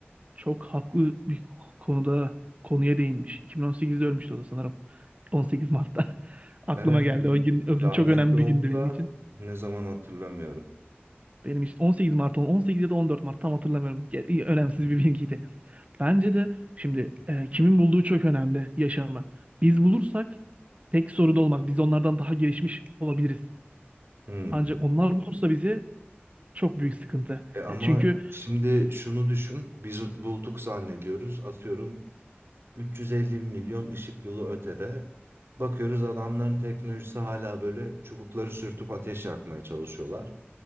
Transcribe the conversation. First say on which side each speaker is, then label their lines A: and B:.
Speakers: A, on the right; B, on the right.
A: çok haklı bir konuda konuya değinmiş. 2018'de ölmüştü o da sanırım. 18 Mart'ta. <laughs> Aklıma
B: Evet
A: geldi.
B: bir
A: O gün o gün
B: rahmetli
A: çok önemli
B: oldu
A: bir gündü benim
B: da
A: için.
B: ne zaman hatırlamıyorum.
A: Benim için 18 Mart ol- 18 ya da 14 Mart tam hatırlamıyorum. Ge- iyi, Önemsiz
B: Hmm.
A: bir bilgiydi. Bence de şimdi e, kimin bulduğu çok önemli yaşamı. Biz bulursak pek sorun olmaz. Biz onlardan daha gelişmiş olabiliriz.
B: Hmm.
A: Ancak onlar bulursa bizi Çok büyük sıkıntı.
B: E ama
A: Ya çünkü
B: şimdi şunu düşün. Biz bulduk zannediyoruz. Atıyorum 350 milyon ışık yılı ötede. Bakıyoruz adamların teknolojisi hala böyle çubukları sürtüp ateş yakmaya çalışıyorlar.